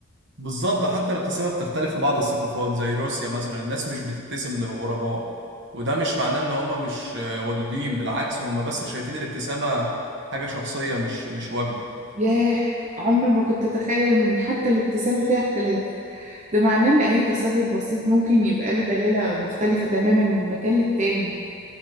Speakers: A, on the right (about 55°); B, on the right (about 35°).
A: بالظبط حتى الابتسامة بتختلف في بعض الثقافات زي روسيا مثلا الناس مش بتبتسم للغرباء وده مش معناه إن هم مش آه، ودودين بالعكس هم بس شايفين الابتسامة حاجة شخصية مش مش واجبة
B: ياه عمري ما كنت اتخيل ان حتى الابتسامه فيها اختلاف ده معناه ان اي تصرف بسيط ممكن يبقى له دلاله مختلفه تماما من مكان للتاني